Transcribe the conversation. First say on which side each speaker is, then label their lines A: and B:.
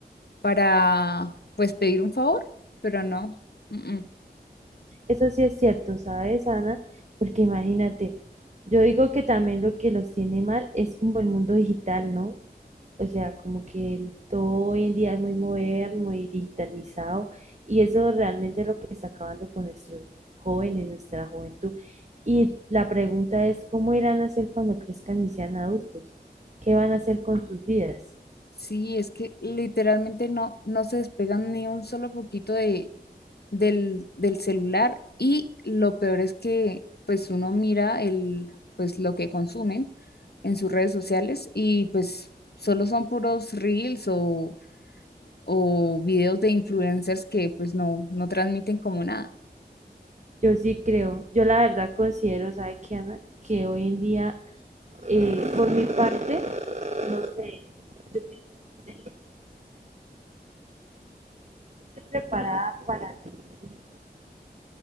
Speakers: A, on the left; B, on the right.
A: para, pues pedir un favor? Pero no. mm, mm.
B: Eso sí es cierto, ¿sabes, Ana? Porque imagínate, yo digo que también lo que los tiene mal es como el mundo digital, ¿no? O sea, como que el- todo hoy en día es muy moderno y digitalizado y eso realmente es lo que está acabando con nuestros jóvenes, nuestra juventud. Y la pregunta es, ¿cómo irán a hacer cuando crezcan y sean adultos? ¿Qué van a hacer con sus vidas?
A: Sí, es que literalmente no, no se despegan ni un solo poquito de del, del celular y lo peor es que pues uno mira el, pues lo que consumen en sus redes sociales y pues solo son puros reels o, o videos de influencers que pues no, no transmiten como nada.
B: Yo sí creo, yo la verdad considero, ¿sabe qué, Ana? Que hoy en día, eh, por mi parte, no sé, yo pienso no tener que estar preparada para tener hijos